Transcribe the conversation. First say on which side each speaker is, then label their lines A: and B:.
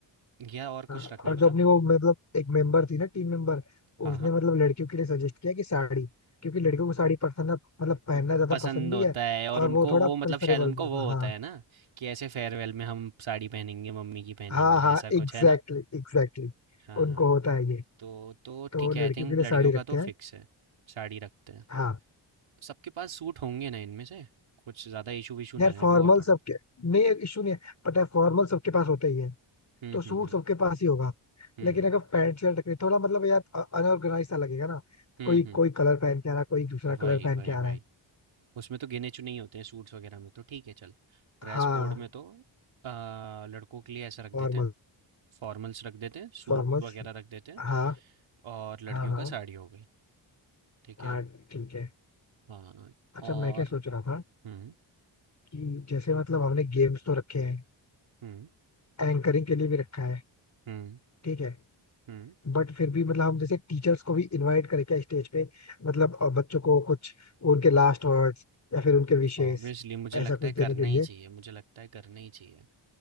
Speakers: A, on the right; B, on the left.
A: या और
B: हाँ
A: कुछ
B: हाँ,
A: रखना
B: और
A: है बता
B: जो अपनी वो मतलब एक मेंबर थी ना टीम मेंबर
A: हाँ
B: उसने
A: हाँ
B: मतलब लड़कियों के लिए सजेस्ट किया कि साड़ी क्योंकि लड़कियों को साड़ी पसंद मतलब पहनना
A: तो
B: ज्यादा
A: पसंद
B: पसंद भी
A: होता
B: है
A: है और
B: और
A: उनको
B: वो थोड़ा
A: वो मतलब
B: प्रेफरेबल
A: शायद उनको
B: भी होगा
A: वो होता
B: हाँ
A: है ना कि ऐसे फेयरवेल में हम साड़ी पहनेंगे मम्मी की पहनेंगे
B: हाँ हाँ
A: ऐसा
B: एग्जैक्टली
A: कुछ है ना
B: एग्जैक्टली
A: हाँ
B: उनको होता है ये
A: तो तो
B: तो
A: ठीक
B: लड़कियों
A: है आई थिंक
B: के लिए
A: लड़कियों
B: साड़ी
A: का
B: रखते
A: तो
B: हैं
A: फिक्स है साड़ी रखते हैं
B: हाँ
A: सबके पास सूट होंगे ना इनमें से कुछ ज़्यादा इशू विशू ना
B: यार फॉर्मल
A: है वो है थोड़ा
B: सबके नहीं इशू नहीं है पता है फॉर्मल सबके पास होता ही है
A: हम्म
B: तो सूट
A: हम्म
B: सबके पास ही होगा
A: हम्म
B: लेकिन अगर पैंट शर्ट रखे थोड़ा मतलब यार अनऑर्गेनाइज सा लगेगा ना
A: हम्म
B: कोई
A: हम्म हम्म,
B: कोई कलर पहन के आ रहा है कोई दूसरा
A: वही
B: कलर पहन
A: वही
B: के आ
A: वही
B: रहा है
A: उसमें तो गिने चुने ही होते हैं सूट्स वगैरह में तो ठीक है चल ड्रेस
B: हाँ
A: कोड में तो आ, लड़कों के लिए ऐसा रख
B: फॉर्मल
A: देते हैं फॉर्मल्स रख देते हैं सूट
B: फॉर्मल
A: वगैरह रख देते हैं
B: हाँ
A: और
B: हाँ
A: लड़कियों
B: हाँ
A: का साड़ी हो गई ठीक
B: हाँ
A: है
B: ठीक है
A: हाँ
B: अच्छा
A: और
B: मैं क्या सोच रहा था
A: हम्म
B: कि जैसे मतलब हमने गेम्स तो रखे हैं
A: हम्म
B: एंकरिंग के लिए भी रखा है
A: हम्म
B: ठीक है
A: हम्म
B: बट फिर भी मतलब हम जैसे टीचर्स को भी इनवाइट करें क्या स्टेज पे मतलब अ, बच्चों को कुछ उनके लास्ट वर्ड्स या फिर उनके विशेष
A: ऑब्वियसली मुझे लगता
B: ऐसा कुछ
A: है करना
B: देने के लिए
A: ही चाहिए मुझे लगता है करना ही चाहिए